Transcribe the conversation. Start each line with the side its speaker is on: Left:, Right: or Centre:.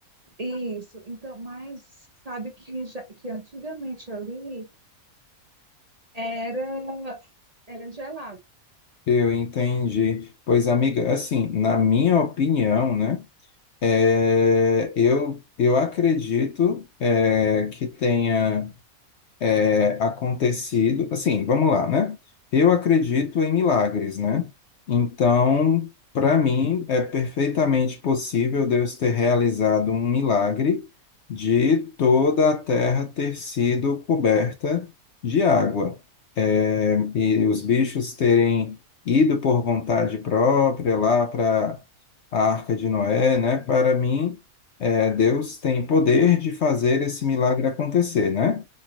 Right: Isso, então, mas sabe que, já, que antigamente ali era, era gelado.
Left: Eu entendi. Pois, amiga, assim, na minha opinião, né, é, eu, eu acredito é, que tenha. é, acontecido. Assim, vamos lá, né? Eu acredito em milagres, né? Então, para mim, é perfeitamente possível Deus ter realizado um milagre de toda a terra ter sido coberta de água. É, e os bichos terem ido por vontade própria lá para a Arca de Noé, né? Para mim, é, Deus tem poder de fazer esse milagre acontecer, né?